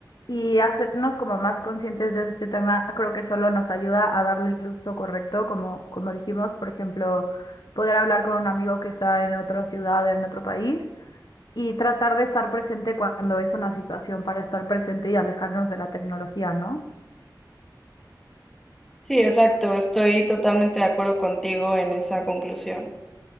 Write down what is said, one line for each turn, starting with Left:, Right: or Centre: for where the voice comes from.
Left: Y hacernos como más conscientes de este tema, creo que solo nos ayuda a darle el uso correcto, como, como dijimos, por ejemplo, poder hablar con un amigo que está en otra ciudad, en otro país, y tratar de estar presente cuando es una situación para estar presente y alejarnos de la tecnología, ¿no?
Centre: Sí, exacto. Estoy totalmente de acuerdo contigo en esa conclusión.